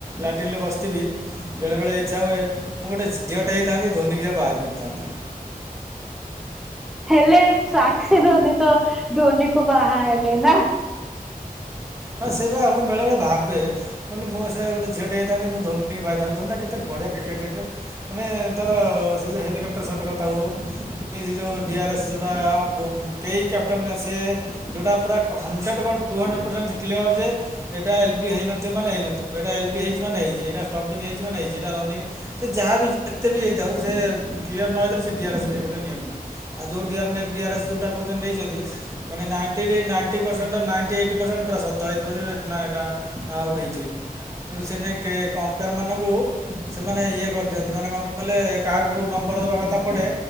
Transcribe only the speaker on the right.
ଲାଟିନ୍‌ ରେ ବସିଥିବି। ବେଳେବେଳେ ଇଚ୍ଛା ହୁଏ, ମୁଁ ଗୋଟେ ଝିଅଟେ ହେଇଥାନ୍ତି ଧୋନୀ କିଏ ବାହା ହୋଇ ପଡ଼ିଥାନ୍ତି।
ହଁ ସେଇ ବା ମୁଁ ବେଳେ ବେଳେ ଭାବେ କହିଲି ମୁଁ ସେ ଗୋଟେ ଝିଅଟେ ହେଇଥାନ୍ତି ମୁଁ ଧୋନି କି ବାହା ହୋଇଥାନ୍ତି, ଧୋନିଟା କେତେ ବଢ଼ିଆ କ୍ରିକେଟେ ଟେ ମାନେ ତାର ସେ ଯେଉ ହେଲିକ୍ୟାପ୍ ଟର ସଟ କଥା ହଉ ସେ ଯୋଉ ଡିଆର୍ ଏସ୍ ଯୋଉଟା ବୋ କେ କ୍ୟାପ୍ଟେନ ସେ ଯୋଉଟା ପୁରା ହଣ୍ଡ୍ରେଡ଼ କ ଶ <unintelligible> କ୍ଲିୟର ଯେ ଏଇଟା ଏଲ ବି ହେଇନଥିବ ମାନେ ହେଇନଥିବ, ଏଟା ଏଲ୍ ବି ହେଇଛି ମାନେ ହେଇଛି। ଯେ ଏଇଟା ଷ୍ଟମ୍ପଙ୍ଗ ହେଇଛିି ମାନେ ହେଇଛି ସେଇଟା ରନିଂ ସେ ଯାହା ବିି ଯେତେ ବି ହେଇଥାଉ ସେ କ୍ଲିୟର ନ ହେଇଥିଲେ ସେ ଡିଆର ଏସ କେବେ ନିଅନ୍ତି ନି। ଆଉ ଯୋଉ ଡିଆର୍ ନେ ଡିଆର ଏର୍ସ ଯୋଉଟା କହୁଛନ୍ତି ନେଇଛନ୍ତି ମାନେ ନାଇଣ୍ଟି ରି ନାଇଣ୍ଟିସ ନାଇଣ୍ଟ <unintelligible> ତ ହେଇଥିବ ଯେ ଏନା ଏଇଟା ଆଉଟ୍ ହେଇଛି। କିନ୍ତୁ ସେନାଇ କେ ଅମ୍ପେୟାର ମାନଙ୍କୁ ସେମାନେ ଇଏ କରିଦିଅନ୍ତି ମାନେ କଣ କହିଲେ କାହାକୁ କୋଉ ନମ୍ବର ଦେବା କଥା ପଡ଼େ